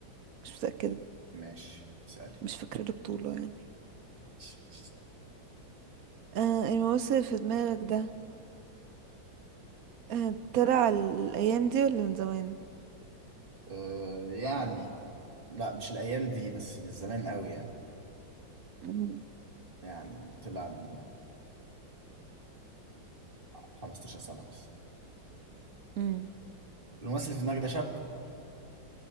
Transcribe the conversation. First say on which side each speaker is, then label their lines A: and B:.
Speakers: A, on the right; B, on the right.
A: مش متأكدة
B: ماشي اسألي
A: مش فاكرة البطولة يعني
B: ماشي اسألي.
A: آه الممثل اللي في دماغك ده آه طلع الأيام دي ولا من زمان
B: آه، يعني لا مش الأيام دي بس من زمان قوي يعني
A: مم.
B: يعني طلع من 15 سنة بس
A: مم.
B: الممثل اللي في دماغك ده شاب